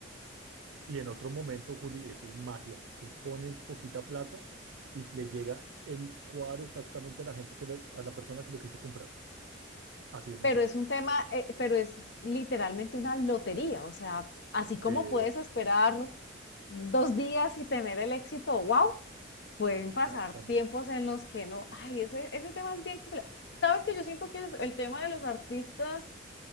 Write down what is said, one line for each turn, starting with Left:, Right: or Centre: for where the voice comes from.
Right: Y en otro momento, Juli, eso es magia. Tú pones poquita plata y le llega el cuadro exactamente a la gente que lo- a la persona que lo quiso comprar. Así de sencillo.
Left: pero es un tema, eh, pero es literalmente una lotería. O sea, así como
Right: Eh,
Left: puedes esperar dos días y tener el éxito, wow, pueden pasar
Right: exactamente.
Left: tiempos en los que no. Ay, ese, ese tema es bien complejo. Sabes que yo siento que es- el tema de los artistas,